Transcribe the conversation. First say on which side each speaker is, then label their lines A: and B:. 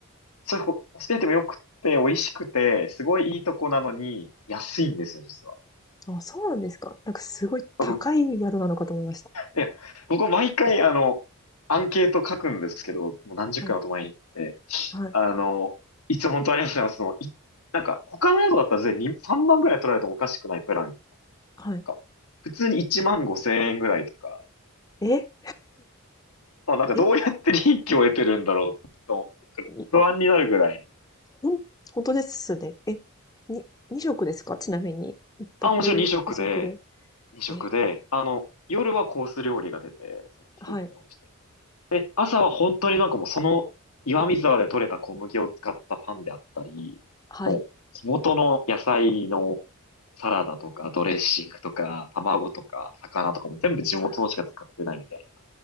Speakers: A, on the left; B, on the left.
A: そういうホホスピタリティも良くて、美味しくて、すごいいいとこなのに、安いんですよ、実は。
B: <laughs> あ、そうなんですか。なんかすごい高い宿なのかと思いました。
A: 僕、いや、僕毎回、あの、アンケート書くんですけど、もう何十回も泊まりに行って、
B: はい。はい。
A: あの、いつも本当ありがとうございます。その、いなんか、他の宿だったら全然に3万ぐらい取られてもおかしくないプラン
B: はい。
A: か普通に1万5千円ぐらいとか、
B: え
A: まあ、なんかどうやって利益を得てるんだろうと、
B: え
A: なんか不安になるぐらいの。
B: いあ、ほん、本当ですね。え、に、2食ですかちなみに。1泊2食で。
A: あ、もちろん2食で、2食で、
B: え、
A: あの、夜はコース料理が出て、その季節に応じて。
B: はい。
A: で、朝は本当になんかもうその岩見沢で採れた小麦を使ったパンであったり、
B: はい。
A: もう地元の野菜のサラダとかドレッシングとか卵とか魚とかも全部地元のしか使ってないみたいな
B: わあ